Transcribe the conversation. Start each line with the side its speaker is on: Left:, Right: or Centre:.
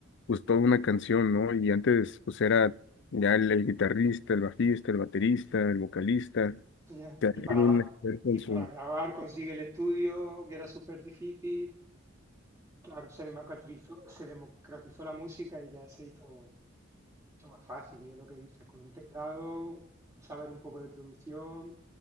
Left: pues toda una canción, ¿no? Y antes pues era ya el, el guitarrista, el bajista, el baterista, el vocalista,
Right: Ya,
Left: cada
Right: Y
Left: quien
Right: para, ba-
Left: un experto
Right: y
Left: en
Right: para
Left: su...
Right: grabar consigue el estudio, que era súper difícil. Claro, se democratizó, se democratizó la música y ya se hizo mucho más fácil, y es lo que dices, con un teclado, saber un poco de producción,